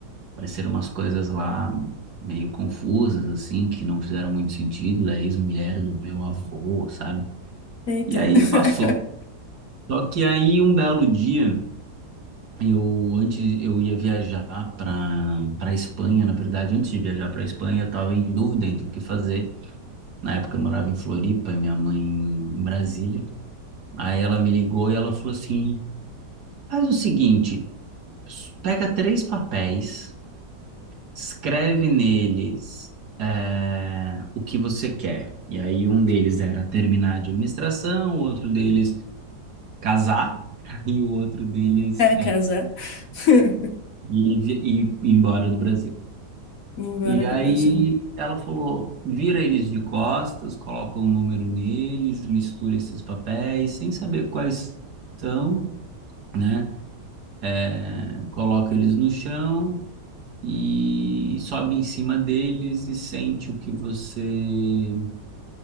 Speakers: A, on the right (about 65°); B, on the left (about 60°).
A: pareceram umas coisas lá meio confusas assim, que não fizeram muito sentido, da ex-mulher do meu avô, sabe?
B: Eita.
A: E aí
B: <laughs>
A: passou. Só que aí um belo dia, eu antes eu ia viajar para para Espanha, na verdade, antes de viajar para Espanha, eu estava em dúvida entre o que fazer. Na época eu morava em Floripa e minha mãe em Brasília. Aí ela me ligou e ela falou assim: "Faz o seguinte, pega três papéis, escreve neles eh, o que você quer". E aí um deles era terminar de administração, o outro deles casar <laughs> e o outro deles
B: Casar. <laughs> Ir
A: e, vi- e ir embora do Brasil.
B: Embora
A: E aí
B: do Brasil.
A: ela falou: vira eles de costas, coloca um número neles, mistura esses papéis, sem saber quais são, né? É, coloca eles no chão e sobe em cima deles e sente o que você.